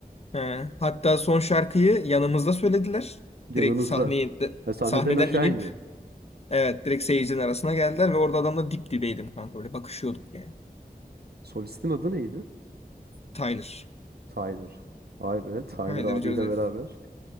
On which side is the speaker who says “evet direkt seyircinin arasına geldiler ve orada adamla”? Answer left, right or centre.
Left